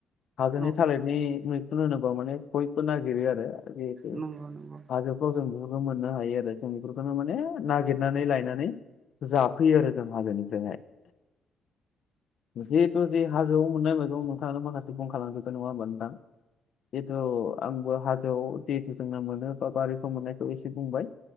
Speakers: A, on the left; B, on the right.
A: हाजोनि
B: औ
A: थालिरनि मैखुन होनोबा माने बयबो नागिरो आरो जिहेतु
B: नंगौ नंगौ
A: हाजोफ्राव जों बेफोरखौ मोननो हायो आरो जों बेफोरखौनो माने नागिरनानै लायनानै जाफैयो आरो जों हाजोनिफ्रायहाय जिहेथु जि हाजोआव मोननाय मैगं नोंथाङानो माखासे बुलांखाजोबबाय नङा ओमबा नोंथां जितु आंबो हाजोआव जितु जोंना मोनो बा बारिफोराव मोननायखौ एसे बुंबाय